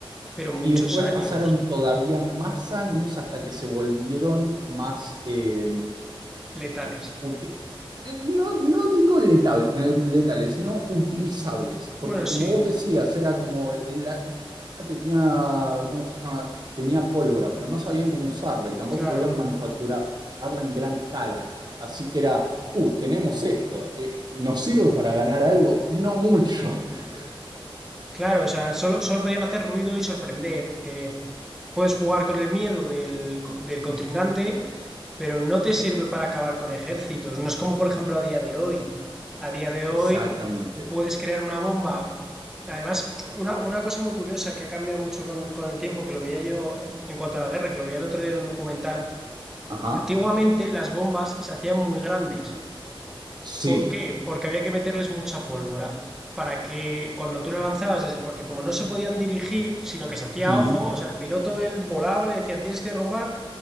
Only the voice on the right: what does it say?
Y después
pasaron todavía más años hasta que se volvieron más, eh,
uti- eh, No, no digo letal- eh, letales, sino utilizables, porque
como vos decías, era como la China tenía, ¿cómo se llama? Tenía pólvora, pero no sabían cómo usarla y tampoco
podían manufacturarla en gran escala. Así que era, uh, tenemos esto, eh, ¿nos sirve para ganar algo? No mucho. <laughs>
Exactamente.
Ajá.
Sí.
Ujú,